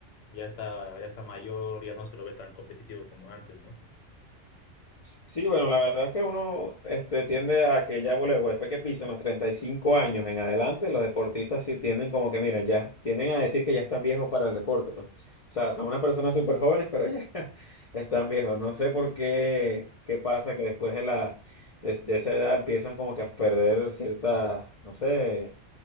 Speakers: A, on the left; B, on the left.
A: ya está, ya está mayor, ya no se lo ve tan competitivo como antes, ¿no?
B: Sí, bueno, la verdad es que uno este, tiende a que ya luego, después que pisan los 35 años en adelante, los deportistas sí tienden como que, mira, ya tienden a decir que ya están viejos para el deporte, pues. O sea, son unas personas súper jóvenes, pero ya <laughs> están viejos. No sé por qué, qué pasa que después de la, de, de esa edad empiezan como que a perder ciertas, no sé,